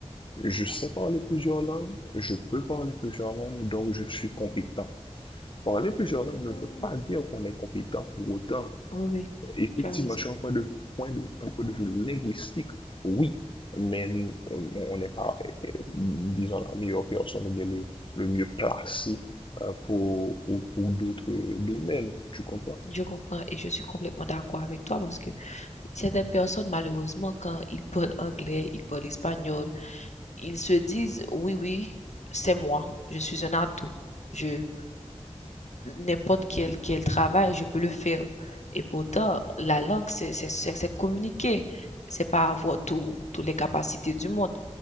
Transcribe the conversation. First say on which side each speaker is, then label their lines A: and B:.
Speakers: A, on the left; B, on the left.
A: je sais parler plusieurs langues, je peux parler plusieurs langues, donc je suis compétent. Parler plusieurs langues
B: Mhm.
A: ne veut pas dire qu'on est compétent pour autant.
B: Oui, oui,
A: Effectivement,
B: tu as raison.
A: sur un point de, point de, un point de vue linguistique, oui, mais on n'est pas, euh, euh, disons, la meilleure personne ou bien le, le mieux placé euh, pour, pour, pour d'autres euh, domaines, tu comprends?
B: Je comprends et je suis complètement d'accord avec toi parce que certaines personnes, malheureusement, quand ils parlent anglais, ils parlent espagnol, ils se disent, oui, oui, c'est moi, je suis un atout. Je, n'importe quel, quel travail, je peux le faire. Et pourtant, la langue, c'est c'est- c'est- c'est communiquer. C'est pas avoir tout, toutes les capacités du monde.